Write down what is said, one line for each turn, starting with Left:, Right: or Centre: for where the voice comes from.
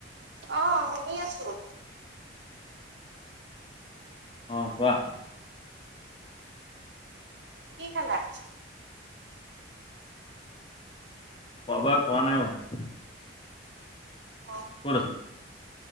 Right: অঁ শুনি আছোঁ।
Left: অঁ কোৱা?
Right: কি খালা?
Left: খোৱা বোৱা কৰা নাই বাৰু।
Right: অঁ।
Left: ক'ত আছ?